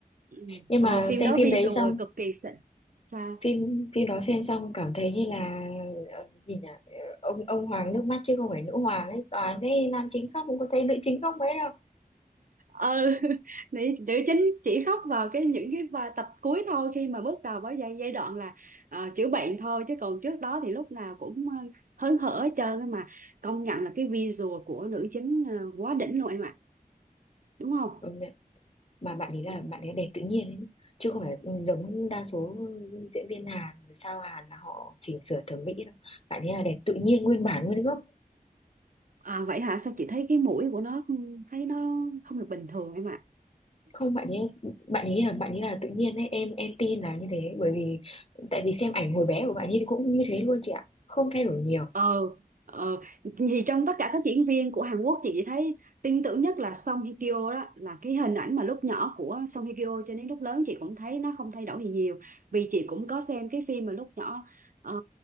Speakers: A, on the right; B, on the left.
A: ừ.
B: nhưng
A: Ờ,
B: mà
A: phim
B: xem
A: đó
B: phim
A: visual
B: đấy xong
A: cực kỳ xịn sao
B: phim phim đó xem xong cảm thấy như là ờ, gì nhỉ Ờ, ông ông hoàng nước mắt chứ không phải nữ hoàng ấy toàn thấy nam chính khóc không có thấy nữ chính khóc mấy đâu
A: ừ <laughs> nữ, nữ chính chỉ khóc vào cái những cái va- tập cuối thôi khi mà bước đầu với giai giai đoạn là ờ, chữa bệnh thôi chứ còn trước đó thì lúc nào cũng ờ, hớn hở hết trơn á mà công nhận là cái visual của nữ chính ờ, quá đỉnh luôn em ạ đúng không
B: Công nhận. mà bạn ấy là
A: ừ.
B: bạn ấy đẹp tự nhiên ấy chứ không phải giống đa số diễn viên Hàn sao Hàn là họ chỉnh sửa thẩm mỹ đâu bạn ấy là đẹp tự nhiên nguyên bản nguyên gốc
A: à, vậy hả sao chị thấy cái mũi của nó ừ, thấy nó không được bình thường em ạ
B: không bạn ấy bạn ấy là bạn ấy là tự nhiên đấy em em tin là như thế bởi vì tại vì xem ảnh hồi bé của bạn ấy thì cũng như thế luôn chị ạ không thay đổi nhiều
A: ờ ờ thì trong tất cả các diễn viên của Hàn Quốc chị chỉ thấy tin tưởng nhất là Song Hye Kyo đó là cái hình ảnh mà lúc nhỏ của Song Hye Kyo cho đến lúc lớn chị cũng thấy nó không thay đổi gì nhiều vì chị cũng có xem cái phim mà lúc nhỏ ờ,